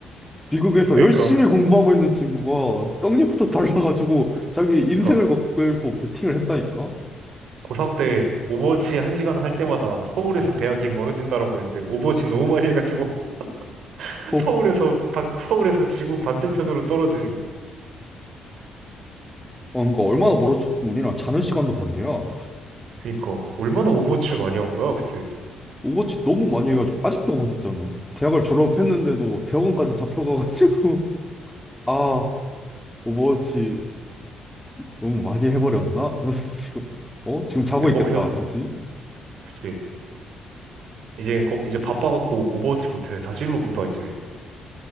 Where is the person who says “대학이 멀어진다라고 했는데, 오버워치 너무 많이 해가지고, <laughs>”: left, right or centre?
Right